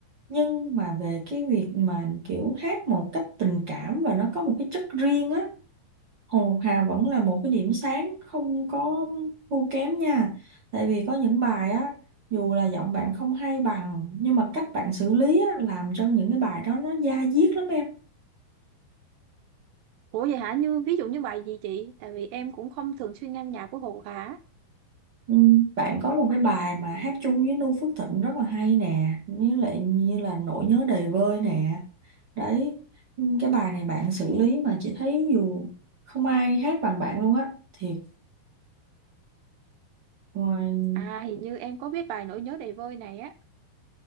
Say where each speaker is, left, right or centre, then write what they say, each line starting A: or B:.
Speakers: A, on the right (about 45°); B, on the right (about 80°).
A: nhưng mà về cái việc mà kiểu hát một cách tình cảm và nó có một cái chất riêng á Hồ Ngọc Hà vẫn là một cái điểm sáng không có thua kém nha tại vì có những bài á dù là giọng bạn không hay bằng nhưng mà cách bạn xử lý á, làm cho những cái bài đó nó da diết lắm em
B: Ủa vậy hả? Như ví dụ như bài gì chị? Tại vì em cũng không thường xuyên nghe nhạc của Hồ Ngọc Hà.
A: Ừ, Bạn có một cái bài mà hát chung với Noo Phước Thịnh rất là hay nè, với lại như là nỗi nhớ đầy vơi nè. Đấy, ừ, cái bài này bạn xử lý mà chị thấy dù không ai hát bằng bạn luôn á. Thiệt, ngoài
B: À, hình như em có biết bài Nỗi nhớ đầy vơi này á.